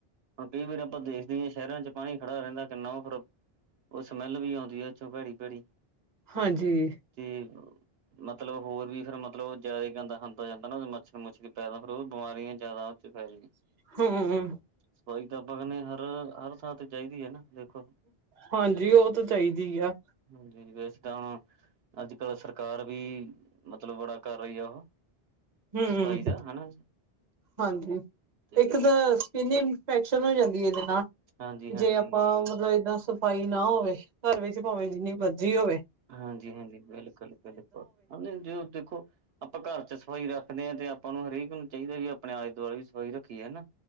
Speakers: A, on the right (about 75°); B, on the right (about 45°).
A: ਹੁਣ ਕਈ ਵਾਰ ਆਪਾਂ ਦੇਖ ਦੀ ਏ ਸ਼ਹਿਰਾਂ 'ਚ ਪਾਣੀ ਖੜਾ ਰੈਂਦਾ ਕਿੰਨਾ ਓ ਫਿਰ ਓ ਸਮੈੱਲ ਵੀ ਆਂਦੀ ਐਥੇ ਭੈੜੀ-ਭੈੜੀ।
B: ਹਾਂਜੀ।
A: ਤੇ ਮਤਲਬ ਹੋਰ ਵੀ ਫਿਰ ਮਤਲਬ ਓ ਜਿਆਦਾ ਗੰਦਾ ਖਾਨ ਤਾਂ ਜਾਂਦਾ ਨਾ ਮੱਛਰ ਮੁੱਛਰ ਵੀ ਪੈਦਾ ਫੇਰ ਓ ਬਿਮਾਰੀਆਂ ਜਿਆਦਾ ਚ ਫੈਲਗੀ।
B: ਹਾਂ।
A: ਸਫ਼ਾਈ ਤਾਂ ਆਪਾ ਕੈਂਨੇ ਆ ਹਰ, ਹਰ ਥਾਂ ਤੇ ਚਾਈਦੀ ਏ ਨਾ। ਦੇਖੋ
B: ਹਾਂਜੀ ਓ ਤਾਂ ਚਾਈਦੀ ਆ।
A: ਹਾਂਜੀ-ਹਾਂਜੀ ਵੈਸੇ ਤਾਂ ਹੁਣ ਅੱਜ-ਕੱਲ ਸਰਕਾਰ ਵੀ ਮਤਲਬ ਬੜਾ ਕਰ ਰਈ ਆ ਉਹ
B: ਹੂੰ,
A: ਸਫਾਈ ਦਾ ਹਨਾ
B: ਹਾਂਜੀ
A: ਤੇ
B: ਇੱਕ ਤਾਂ ਚੀਨੀ ਇਫੈਕਨ ਹੋ ਜਾਂਦੀ ਏਦੇ ਨਾਲ
A: ਹਾਂਜੀ ਹਾਂਜੀ
B: ਜੇ ਆਪਾਂ ਮਤਲਬ ਏਦਾਂ ਸ ਫਾਈ ਨਾ ਹੋਵੇ ਘਰ ਵਿੱਚ ਭਾਵੇਂ ਜਿੰਨੀ ਮਰਜ਼ੀ ਓਵੇ।
A: ਹਾਂਜੀ-ਹਾਂਜੀ ਬਿਲਕੁੱਲ-ਬਿਲਕੁੱਲ ਜਦੋ ਦੇਖੋ ਆਪਾਂ ਘਰ 'ਚ ਸਫ਼ਾਈ ਰੱਖਦੇ ਆ ਤੇ ਆਪਾਂ ਨੂੰ ਹਰੇਕ ਨੂੰ ਚਾਈਦਾ ਵੀ ਆਪਣੇ ਆਲੇ-ਦੁਆਲੇ ਵੀ ਸਫ਼ਾਈ ਰੱਖੀਏ ਹਨਾ।